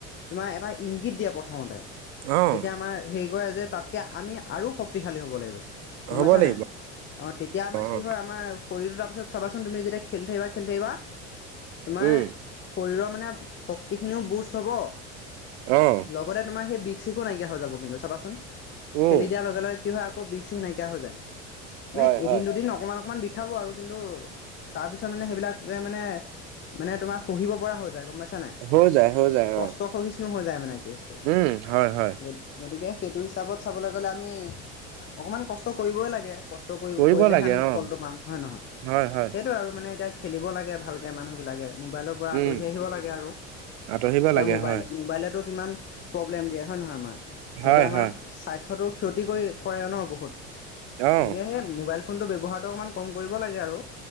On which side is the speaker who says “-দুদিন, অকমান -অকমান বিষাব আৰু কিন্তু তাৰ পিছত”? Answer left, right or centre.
Left